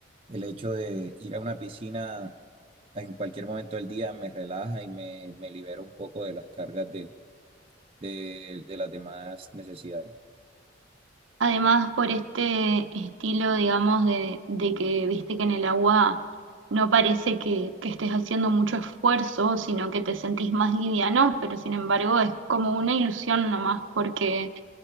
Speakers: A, on the right; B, on the right.
A: El hecho de ir a una piscina en cualquier momento del día me relaja y me, me libera un poco de las cargas de, de, de las demás necesidades.
B: Además, por este estilo, digamos, de, de que viste que en el agua no parece que, que estés haciendo mucho esfuerzo, sino que te sentís más liviano, pero sin embargo es como una ilusión nomás, porque